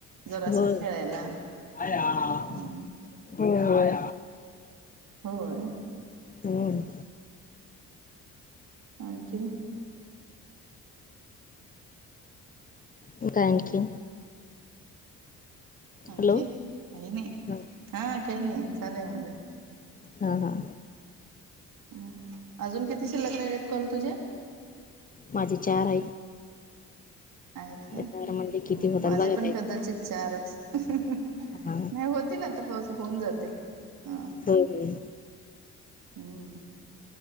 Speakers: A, on the right (about 65°); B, on the left (about 25°).
A: जरासं
B: होय.
A: खेळायला
B: <inaudible>
A: हम्म.
B: होय
A: होय.
B: हम्म
A: आणखी
B: मग काय आणखी?
A: आणखी
B: हॅलो
A: काही नाही
B: हा
A: हा काही नाही चालूय म्हणलं.
B: हा हा.
A: हम्म अजून किती शिल्लक राहिलेत कॉल तुझे?
B: माझे चार आहेत.
A: आहेत काय
B: चार म्हणले किती
A: हम्म
B: होतात
A: माझे
B: बघा
A: पण
B: ताई
A: कदाचित चारच. नाही
B: हा
A: होतील आता पाहूसं होऊन जातील. हा
B: हम्म हम्म.
A: हम्म